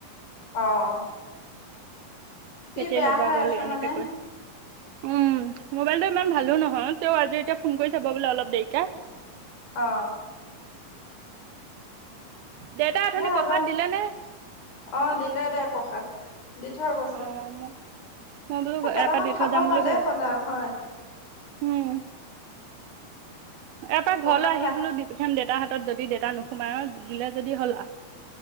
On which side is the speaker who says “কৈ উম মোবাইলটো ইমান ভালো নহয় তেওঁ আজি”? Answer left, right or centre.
Right